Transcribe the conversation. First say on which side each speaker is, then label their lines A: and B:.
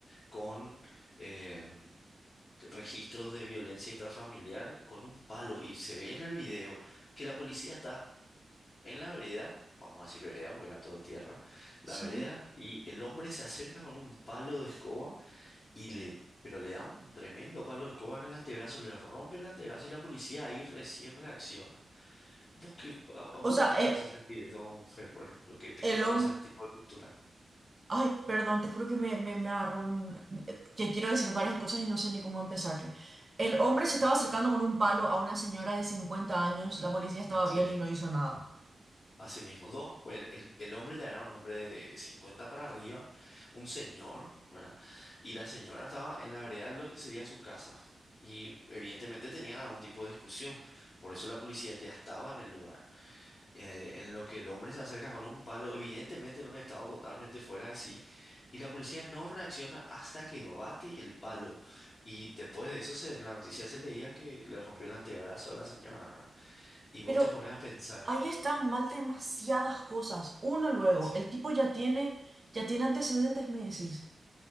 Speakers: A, on the left; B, on the right.
A: con em, registros de violencia intrafamiliar con un palo. Y se ve en el video que la policía está en la vereda, vamos a decir vereda porque era todo de tierra, la
B: Sí.
A: vereda, y el hombre se acerca con un palo de escoba y le, pero le da un tremendo palo de escoba en el antebrazo, le rompe el antebrazo y la policía ahí recién reacciona. ¿Vos qué, a- a vos
B: O sea,
A: cómo te
B: eh,
A: hace sentir eso a una mujer, por ejemplo, que te
B: el
A: quedamos
B: hombre...
A: ese tipo de cultura?
B: Ay, perdón, te juro que me, me, me agarró un... eh, que quiero decir varias cosas y no sé ni cómo empezar. El hombre se estaba acercando con un palo a una señora de 50 años, la policía estaba
A: Sí.
B: viendo y no hizo nada.
A: Así mismo, dos, pues, el, el- el hombre ya era un hombre de 50 para arriba, un señor, ¿verdad? Y la señora estaba en la vereda de lo que sería su casa. Y evidentemente tenían algún tipo de discusión. Por eso la policía ya estaba en el lugar. Eh, en lo que el hombre se acerca con un palo, evidentemente en un estado totalmente fuera de sí. Y la policía no reacciona hasta que bate el palo. Y después de eso, se, en la noticia se leía que le rompió el antebrazo a la señora. ¿verdad? Y vos
B: Pero
A: te pones a pensar.
B: ahí están mal demasiadas cosas. Uno luego,
A: sí.
B: el tipo ya tiene, ya tiene antecedentes, me decís.